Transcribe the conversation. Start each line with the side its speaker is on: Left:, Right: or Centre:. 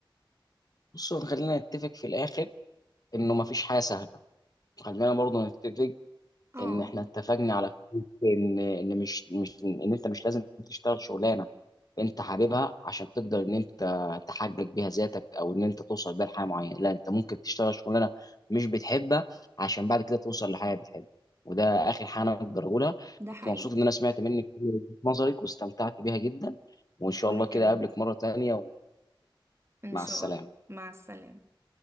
Left: بصوا خلينا نتفق في الاخر انه ما فيش حاجه سهله خلينا برضو نتفق
Right: اه
Left: ان احنا اتفقنا على فكرة ان ان مش مش ان انت مش لازم تشتغل شغلانه انت حاببها عشان تقدر ان انت تحقق بيها ذاتك او ان انت توصل بيها لحاجه معينه لا انت ممكن تشتغل شغلانه مش بتحبها عشان بعد كده توصل لحاجه بتحبها وده اخر حاجه انا اقدر اقولها
Right: ده
Left: كنت
Right: حقيقي
Left: مبسوط ان انا سمعت منك كل وجهة نظرك واستمتعت بيها جدا وان شاء
Right: وأنا
Left: الله كده
Right: كمان
Left: اقابلك مره تانية و...
Right: إن
Left: مع
Right: شاء
Left: السلامه
Right: الله مع السلامة